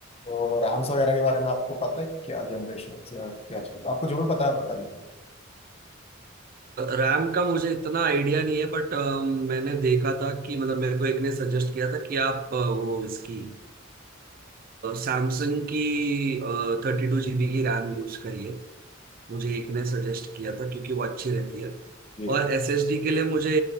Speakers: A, on the left (about 30°); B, on the right (about 45°).
A: तो राम्स वगैरह के बारे में आपको पता है क्या जनरेशन या क्या चलता है? आपको जो भी पता है आप बता दीजिए
B: रैम का मुझे इतना आइडिया नहीं है बट मैंने देखा था कि मतलब मेरे को एक ने सजेस्ट किया था कि आप अ, वो इसकी सैमसंग की थर्टी टू जीबी की रैम यूज करिए मुझे एक ने सजेस्ट किया था क्योंकि वो अच्छी रहती है
A: ये
B: और एसएसडी के लिए मुझे